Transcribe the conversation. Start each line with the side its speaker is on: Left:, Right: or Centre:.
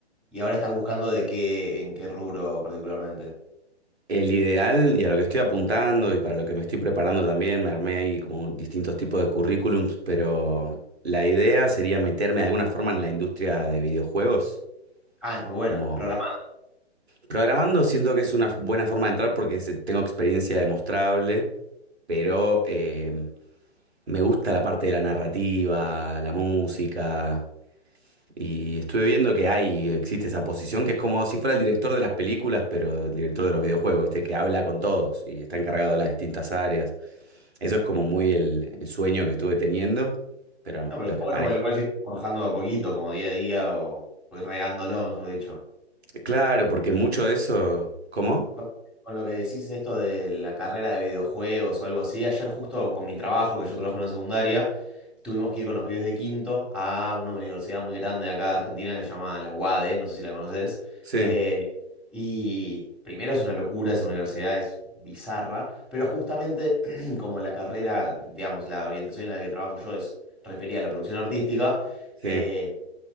Centre: Y ahora estás buscando de qué, en qué rubro particularmente.
Right: El ideal y a lo que estoy apuntando y para lo que me estoy preparando también, me armé ahí como distintos tipos de currículums, pero la idea sería meterme de alguna forma en la industria de videojuegos,
Centre: Ah, es muy buena,
Right: como
Centre: programando.
Right: programando siento que es una buena forma de entrar porque se- tengo experiencia demostrable. pero eh, me gusta la parte de la narrativa, la música. Y estuve viendo que hay, existe esa posición que es como si fuera el director de las películas, pero el director de los videojuegos, ¿viste? Que habla con todos y está encargado de las distintas áreas. Eso es como muy el, el sueño que estuve teniendo, pero
Centre: No, pero
Right: lo
Centre: está
Right: que
Centre: bueno
Right: aparece.
Centre: porque lo puedes ir forjando de a poquito, como día a día, o, o ir regándolo, mejor dicho.
Right: Claro, porque mucho de eso. ¿Cómo?
Centre: Con con lo que decís esto de la carrera de videojuegos o algo así, ayer justo con mi trabajo, que yo trabajo en una secundaria, tuvimos que ir con los pibes de quinto a una universidad muy grande de acá de Argentina que se llama la UADE, no sé si la conoces.
Right: Sí,
Centre: Eh, y primero es una locura esa universidad, es bizarra, pero justamente <clears throat> como la carrera, digamos, la orientación en la que trabajo yo es referida a la producción artística,
Right: sí.
Centre: eh,